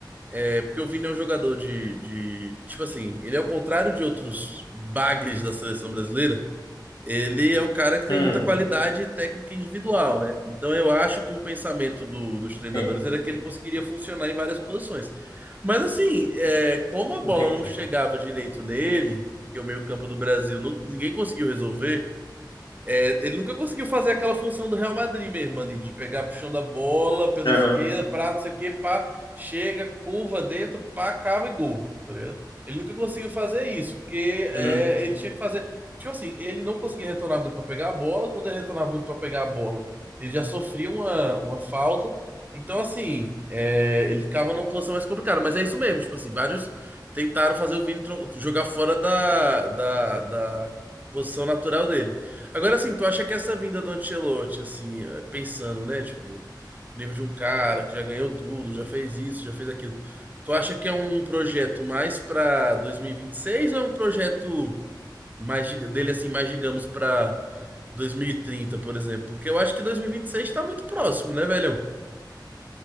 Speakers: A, on the right (about 20°); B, on the left (about 65°).
A: é, porque o Vini é um jogador de, de, tipo assim, ele é ao contrário de outros bagres da seleção brasileira, ele é um cara que tem
B: Hum.
A: muita qualidade técnica individual, né? Então eu acho que um pensamento do- dos treinadores
B: sim.
A: era que ele conseguiria funcionar em várias posições. Mas assim, é, como a bola
B: Entendi.
A: não chegava direito nele, porque o meio-campo do Brasil não- ninguém conseguiu resolver, é, ele nunca conseguiu fazer aquela função do Real Madrid mesmo ali, de pegar puxando a bola pela
B: Aham.
A: esquerda, pra não sei o que, pá, chega, curva dentro, pá, cava e gol, tá ligado? Ele nunca conseguiu fazer isso, porque é,
B: Uhum.
A: ele tinha que fazer. Tipo assim, ele não conseguia retornar muito pra pegar a bola, quando ele retornava muito pra pegar a bola, ele já sofria uma, uma falta. Então, assim, é, ele ficava numa posição mais complicada, mas é isso mesmo, tipo assim, vários tentaram fazer o Vini tro- jogar fora da, da, da posição natural dele. Agora, assim, tu acha que essa vinda do Ancelotti, assim, eh, pensando, né, tipo, o nível de um cara que já ganhou tudo, já fez isso, já fez aquilo, tu acha que é um projeto mais pra 2026 ou é um projeto mais diga- dele, assim, mais, digamos, pra 2030, por exemplo? Porque eu acho que 2026 tá muito próximo, né, velhão?